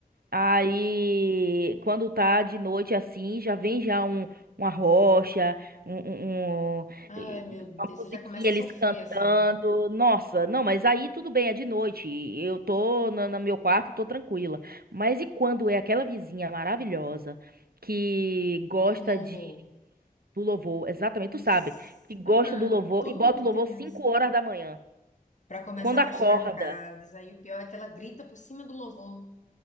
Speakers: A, on the right (about 85°); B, on the left (about 55°).
A: Aí, quando tá de noite assim, já vem já um, uma rocha, um, um- um-
B: Ai,
A: e-
B: meu Deus.
A: uma musiquinha
B: Eu já começo
A: eles
B: a sofrer,
A: cantando.
B: assim.
A: Nossa, não, mas aí tudo bem, é de noite. Eu tô na- no, meu quarto, tô tranquila. Mas e quando é aquela vizinha maravilhosa que gosta
B: Boto louvor.
A: de do louvor, exatamente, tu
B: Isso.
A: sabe, que gosta
B: Aham.
A: do louvor
B: Todo
A: e bota
B: mundo
A: o
B: tem
A: louvor 5
B: essa.
A: horas da manhã,
B: para começar
A: quando
B: a faxinar
A: acorda.
B: casas. Aí o pior é que ela grita por cima do louvor.